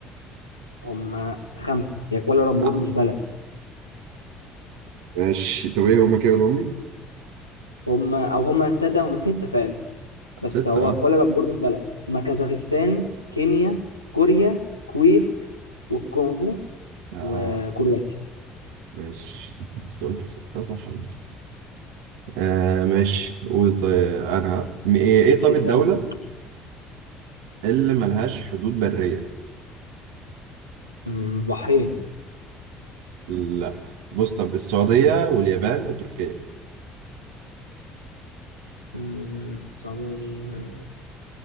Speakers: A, on the left; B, on the right.
A: هم خمسة هي كوالا لامبور
B: آه،
A: مش بلد
B: ماشي طب إيه هما كده قولهم لي؟
A: هم او هم تصدق هم ستة فعلا بس
B: ستة
A: هو
B: أه
A: كوالالمبور مش بلد هم كازاخستان كينيا كوريا كويت والكونغو
B: آه
A: وكرواتيا
B: ماشي بس قلت ستة صح برضه. آه ماشي قول طيب أنا م- إيه إيه طب
A: اسأل
B: الدولة اللي ملهاش حدود برية
A: أمم، بحرين
B: لا بص طب السعودية واليابان وتركيا
A: أمم، السعودية ليها